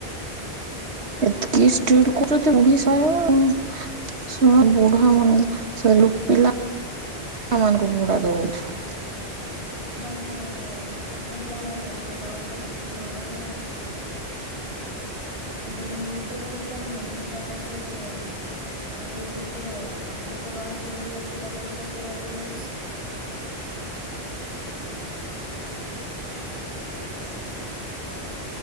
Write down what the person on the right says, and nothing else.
ଏତିକି
ଷ୍ଟ୍ରିକଟ୍ କରୁଛନ୍ତି <unintelligible> <unintelligible>